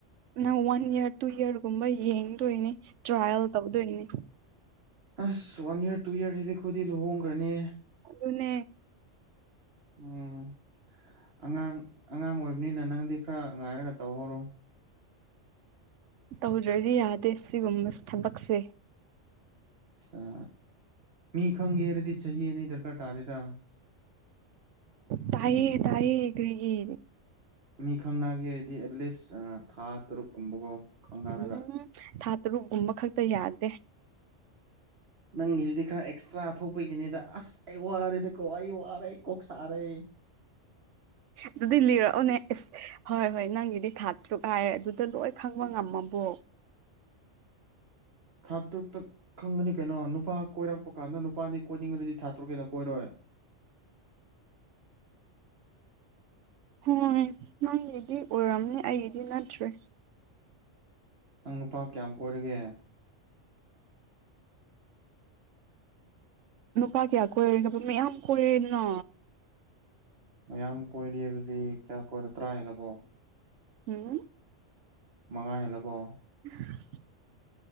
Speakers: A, on the right; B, on the right.
A: ꯅꯪ ꯋꯥꯟ ꯏꯔ ꯇꯨ ꯏꯔꯒꯨꯝꯕ ꯌꯦꯡꯗꯣꯏꯅꯤ ꯇ꯭ꯔꯥꯏꯌꯦꯜ ꯇꯧꯗꯣꯏꯅꯤ
B: ꯑꯁ ꯋꯥꯟ ꯏꯔ ꯇꯨ ꯏꯔꯁꯤꯗꯤ ꯑꯩꯈꯣꯏꯗꯤ ꯂꯨꯍꯣꯡꯈ꯭ꯔꯅꯦ
A: ꯑꯗꯨꯅꯦ
B: ꯎꯝ ꯑꯉꯥꯡ ꯑꯉꯥꯡ ꯑꯣꯏꯕꯅꯤꯅ ꯅꯪꯗꯤ ꯈꯔ ꯉꯥꯏꯔꯒ ꯇꯧꯍꯧꯔꯣ
A: ꯇꯧꯗ꯭ꯔꯗꯤ ꯌꯥꯗꯦ ꯁꯤꯒꯨꯝꯕ ꯊꯕꯛꯁꯦ
B: ꯑ ꯃꯤ ꯈꯪꯒꯦ ꯍꯥꯏꯔꯗꯤ ꯆꯍꯤ ꯑꯅꯤ ꯗꯔꯀꯥꯔ ꯇꯥꯗꯦꯗ
A: ꯇꯥꯏꯌꯦ
B: ꯃꯤ
A: ꯇꯥꯏꯌꯦ ꯀꯔꯤꯒꯤ
B: ꯃꯤ ꯈꯪꯅꯒꯦ ꯍꯥꯏꯔꯗꯤ ꯑꯦꯠꯂꯤꯁ ꯊꯥ ꯇꯔꯨꯛ ꯀꯨꯝꯕꯒꯣ ꯈꯪꯅꯔꯒ
A: ꯎꯝ ꯊꯥ ꯇꯔꯨꯛꯀꯨꯝꯕ ꯈꯛꯇ ꯌꯥꯗꯦ
B: ꯅꯪꯒꯤꯁꯤꯗꯤ ꯈꯔ ꯑꯦꯛꯁꯇ꯭ꯔꯥ ꯊꯣꯛꯄꯒꯤꯅꯤꯗ ꯑꯁ ꯑꯩ ꯋꯥꯔꯦꯗ ꯀꯣ ꯑꯩ ꯋꯥꯔꯦ ꯀꯣꯛ ꯁꯥꯔꯦ
A: ꯑꯗꯨꯗꯤ ꯂꯤꯔꯛꯑꯣꯅꯦ ꯑꯁ ꯍꯣꯏ ꯍꯣꯏ ꯅꯪꯒꯤꯗꯤ ꯊꯥ ꯇꯔꯨꯛ ꯍꯥꯏꯔꯦ ꯑꯗꯨ ꯑꯗ ꯂꯣꯏ ꯈꯪꯕ ꯉꯝꯃꯕꯣ
B: ꯊꯥ ꯇꯔꯨꯛꯇ ꯈꯪꯒꯅꯤ ꯀꯩꯅꯣ ꯅꯨꯄꯥ ꯀꯣꯏꯔꯛꯄ ꯀꯥꯟꯗ ꯅꯨꯄꯥꯗꯤ ꯀꯣꯏꯅꯤꯡꯉꯗꯤ ꯊꯥ ꯇꯔꯨꯛ ꯍꯦꯟꯂꯥꯗꯤ ꯀꯣꯏꯔꯣꯏ
A: ꯍꯣꯏ ꯅꯪꯒꯤꯗꯤ ꯑꯣꯏꯔꯝꯅꯤ ꯑꯩꯒꯤꯗꯤ ꯅꯠꯇ꯭ꯔꯦ
B: ꯅꯪ ꯅꯨꯄꯥ ꯀꯌꯥꯝ ꯀꯣꯏꯔꯒꯦ
A: ꯅꯨꯄꯥ ꯀꯌꯥꯝ ꯀꯣꯏꯔꯒꯦ ꯍꯥꯏꯕ ꯃꯌꯥꯝ ꯀꯣꯏꯔꯦꯅ
B: ꯃꯌꯥꯝ ꯀꯣꯏꯔꯦ ꯍꯥꯏꯕꯗꯤ ꯀꯌꯥ ꯀꯣꯏꯔꯣ ꯇꯔꯥ ꯍꯦꯜꯂꯕꯣ
A: ꯎꯝ
B: ꯃꯉꯥ ꯍꯦꯜꯂꯕꯣ
A: ꯎꯝ